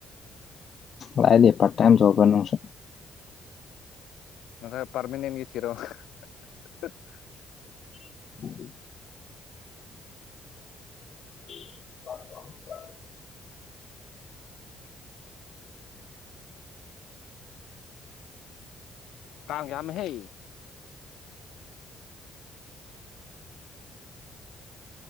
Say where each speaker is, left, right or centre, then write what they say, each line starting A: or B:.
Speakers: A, on the left (about 50°); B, on the left (about 80°).
A: ꯂꯥꯏꯅꯦ ꯄꯔꯥꯇꯥꯏꯝ ꯖꯣꯞꯕꯅꯨꯡꯁꯨ
B: ꯉꯁꯥꯏ ꯄꯔꯃꯤꯅꯦꯟꯒꯤ ꯊꯤꯔꯛꯑꯣ <unintelligible>
A: <inaudible> <inaudible>
B: ꯀꯥꯡ ꯌꯥꯝꯃꯦ ꯍꯦ